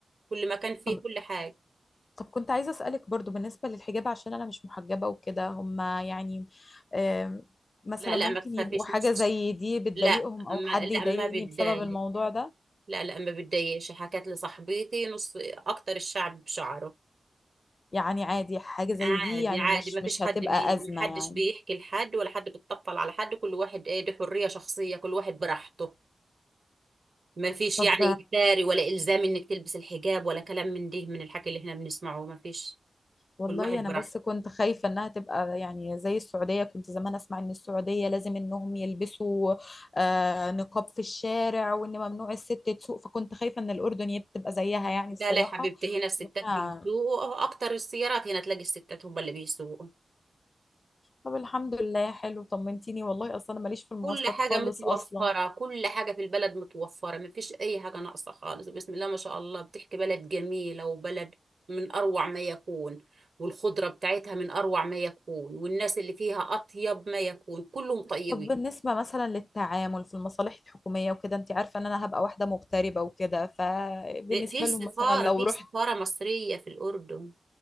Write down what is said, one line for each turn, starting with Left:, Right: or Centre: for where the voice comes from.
Right: كل مكان فيه
Left: طب
Right: كل حاجه
Left: طب كنت عايزة اسألك برضو بالنسبة للحجاب عشان انا مش محجبة وكده هما يعني آم، مثلا
Right: لا لا
Left: ممكن
Right: ما تخافيش
Left: يبقوا حاجة
Right: مش-
Left: زي دي بتضايقهم
Right: لا ما...
Left: او حد
Right: لا
Left: يضايقني
Right: ما بتضايق
Left: بسبب الموضوع ده
Right: لا لا ما بتضايقش حكت لي صاحبتي نص اكتر الشعب بشعره
Left: يعني عادي حاجة زي
Right: عادي
Left: دي يعني
Right: عادي
Left: مش
Right: ما فيش
Left: مش هتبقى
Right: حد بي...
Left: أزمة
Right: ما حدش
Left: يعني
Right: بيحكي لحد ولا حد بيتطفل على حد كل واحد ايه دي حرية شخصية كل واحد براحته ما فيش
Left: طب
Right: يعني اجباري ولا الزام انك تلبس الحجاب ولا كلام من ده من الحكي اللي احنا بنسمعه ما فيش
Left: والله
Right: كل واحد
Left: انا
Right: براحته
Left: بس كنت خايفه انها تبقى يعني زي السعوديه كنت زمان اسمع ان السعوديه لازم انهم يلبسوا آه، نقاب في الشارع وان ممنوع الست تسوق فكنت خايفه ان الاردن يب- تبقى زيها يعني الصراحه
Right: لا لا يا حبيبتي هنا الستات
Left: وأنا-
Right: بيسوقوا اكتر السيارات هنا تلاقي الستات هم اللي بيسوقوا
Left: طب الحمد لله حلو طمنتيني والله اصلا انا ماليش في المواصلات
Right: كل حاجة
Left: خالص
Right: متوفرة
Left: اصلا
Right: كل حاجة في البلد متوفرة مفيش أي حاجة ناقصة خالص بسم الله ما شاء الله بتحكي بلد جميلة وبلد من أروع ما يكون والخضرة بتاعتها من أروع ما يكون والناس اللي فيها أطيب ما يكون كلهم طيبين
Left: طب بالنسبه مثلا للتعامل في المصالح الحكوميه وكده انت عارفه ان انا هبقى واحده مغتربه وكده فبالنسبه
Right: في سفارة
Left: لهم مثلا لو
Right: في
Left: رحت
Right: سفارة مصرية في الأردن